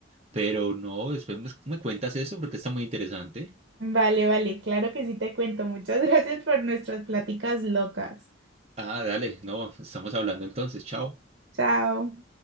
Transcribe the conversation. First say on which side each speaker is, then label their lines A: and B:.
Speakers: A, on the right (about 30°); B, on the right (about 55°).
A: pero no, después me, me cuentas eso porque está muy interesante.
B: Vale, vale, claro que sí te cuento. Muchas <laughs> gracias por nuestras pláticas locas.
A: Ah, dale, no, estamos hablando entonces, chao.
B: Chao.